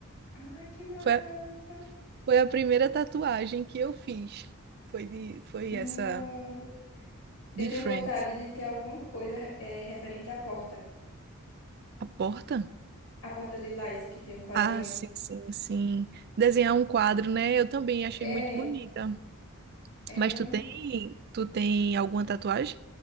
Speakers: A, on the left (about 80°); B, on the right (about 45°).
A: Ai, que massa.
B: Foi, a- foi a primeira tatuagem que eu fiz. Foi de, foi
A: Não.
B: essa de
A: Eu tenho
B: Friends.
A: vontade de ter alguma coisa é referente à porta.
B: A porta?
A: A porta lilás, que tem um quadrinho.
B: Ah, sim, sim, sim. Desenhar um quadro, né? Eu também achei
A: É.
B: muito bonita.
A: É
B: Mas tu
A: um...
B: tem, tu tem alguma tatuagem?